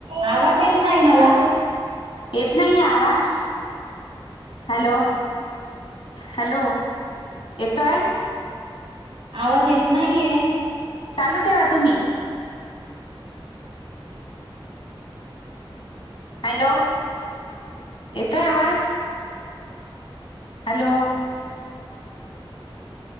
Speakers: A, on the right; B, on the left.
A: आवाज येत नाही मला
B: येत नाहीये आवाज? हॅलो हॅलो येतोय.
A: आवाज येत नाहीये.
B: चालू ठेवा तुम्ही. हॅलो! येतोय आवाज? हॅलो!